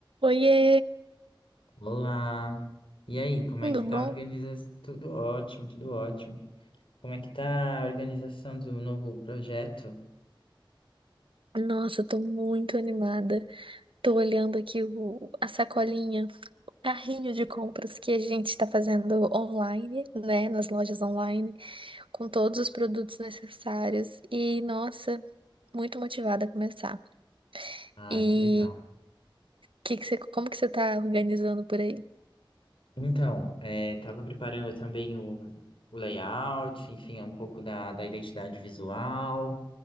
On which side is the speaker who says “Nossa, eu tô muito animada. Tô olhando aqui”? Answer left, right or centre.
Right